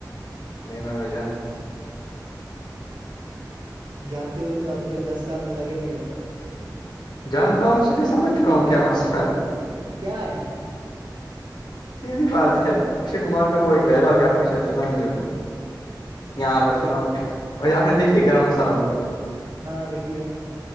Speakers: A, on the left; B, on the right.
A: نہیں میم ر جان تو
B: جانتی ہوتی تو ابھی تک دس سال میں لگے نہیں رہتے
A: جانتا ہوں اسی لیے سمجھ چکا ہوں کیا مسئلہ ہے
B: کیا ہے
A: سیدھی بات ہے اکشے کمار کا وہ ایک ڈائلگ ہے آپ نے شاید سنا نہیں ہوگا یہاں اگر
B: کیا
A: سنا ہو آپ نے دیکھی ہے گرم مسالہ مووی
B: ہاں دیکھیے